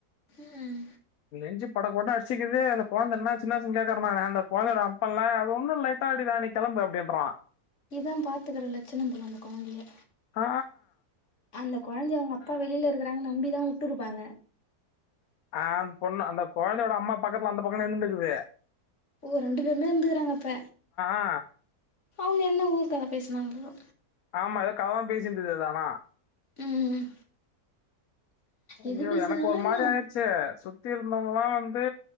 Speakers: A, on the left; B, on the left.
A: ம்
B: நெஞ்சு பட பட சிக்குது அந்த கெழந்தை என்னாச்சு என்னாச்சு கேக்கற நானு அந்த கொழந்தைதோட அப்ப இல்ல அது ஒன்னு லைட்டா அடி தா நீ கெளம்பு அப்டின்றா
A: இதா பாத்துக்கிற லச்சினமா அந்த கொழந்தைய
B: ஆ
A: அந்த கொழந்தை அவங்க அப்பா வெளில இருக்கறாங்கன்னு நம்பிதா விட்டு இருப்பாங்க
B: ஆ அந்த பொண்ணு அந்த கொழந்தையோட அம்மா பக்கத்துல அந்த பக்க நின்னுட்டு இருக்குது
A: ஓ ரெண்டு பேருமே இருந்துக்கறாங்க அப்ப
B: ஆ
A: அவங்க என்ன ஊரு கத பேசினாங்களோ
B: ஆமா எதோ கத தா பேசுட்டு இருந்துதானு ஆனா
A: ம்
B: ஐயோ
A: எது பேசினாலும்
B: எனக்கு ஒரு
A: என்ன
B: மாரி ஆயிடுச்சு சுத்தி இருந்தவங்கல்லா வந்து